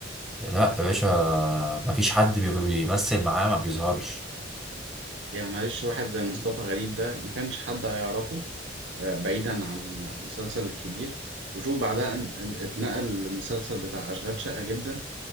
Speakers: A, in the centre; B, on the right.
A: لا يا باشا مفيش حد بي- بيمثل معاه ما بيظهرش
B: يعني معلش واحد زي مصطفى غريب ده ما كانش حد هيعرفه آه، بعيدا عن مسلسل الكبير وشوف بعدها ان- ان- اتنقل للمسلسل بتاع أشغال شقة جدا